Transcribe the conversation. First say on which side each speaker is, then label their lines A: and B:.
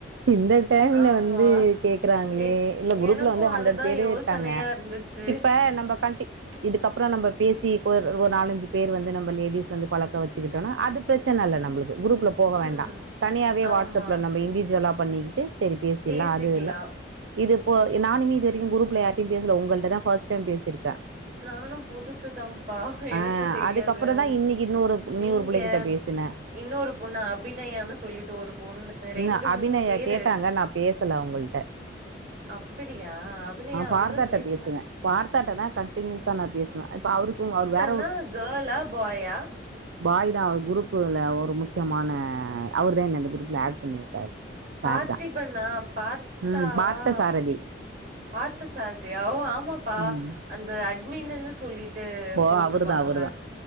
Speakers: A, on the right; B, on the right.
A: இந்த டைம்ல
B: ஆமா
A: வந்து கேக்குறாங்களே
B: பேஸ்
A: இல்ல குரூப்ல
B: எனக்கு
A: வந்து ஹண்ட்ரட்
B: அதுதா
A: பேரு
B: யோசனையா
A: இருக்காங்க
B: இருந்துச்சு
A: இப்ப நம்ம கண்டி இதுக்கப்பறோ நம்ம பேசி ஒரு ரு ஒரு நாலஞ்சு பேரு வந்து நம்ம லேடிஸ் வந்து பழக்க வச்சுக்கிட்டோன அது பிரெச்சன இல்ல நம்மளுக்கு குரூப்ல போக
B: ம்
A: வேண்டா தனியாவே வாட்ஸ்அப்ல
B: ஆமா
A: நம்ம இண்டிவிஜுவலா பண்ணிக்கிட்டு செரி பேசிலா
B: பேசிக்கலா
A: அது இல்ல இது போ நானுமே இது வரைக்கு குரூப்ல யாரிட்டயு பேசல உங்கள்ட்ட தா ஃபஸ்ட் டைம் பேசிருக்கே
B: நானு புதுசு தம் ப்பா எனக்கு
A: ஆஹ்
B: தெரியாது
A: அதுக்கப்புறம்
B: உங்
A: தான் இன்னைக்கு இன்னொரு இன்னொரு
B: நீங்க
A: பிள்ளைகிட்ட பேசினேன்
B: இன்னொரு பொண்ணு அபிநயான்னு சொல்லிட்டு ஒரு பொண்ணு
A: இன்னும்
B: ரெண்டு
A: அபிநயா
B: மூணு பேரு
A: கேட்டாங்க நான் பேசல அவுங்கள்ட்ட
B: அப்பிடியா அபிநயா
A: பார்த்தாட்ட
B: வந்து பேசுன
A: பேசுவேன் பார்த்தாட்ட தா கண்டினியூஸா நா பேசுவே இப்ப அவருக்கு அவர் வே
B: ஆனா கேல்லா ஃபாயா
A: பாய் தா அவர் குரூப்புல ஒரு முக்கியமான அவர் தா என்ன இந்த குரூப்ல ஆட் பண்ணி விட்டாரு
B: பார்த்திபண்ணா
A: சார் தான்
B: பார்த்தாவா
A: ம் பார்த்த சாரதி
B: பார்த்த சாரதியா ஓ ஆமாப்பா
A: ம்
B: அந்த அட்மின்னின்னு சொல்லிட் ட்டு
A: ஓ
B: போட்ருப்பாங்கல
A: அவரு தான் அவரு தான்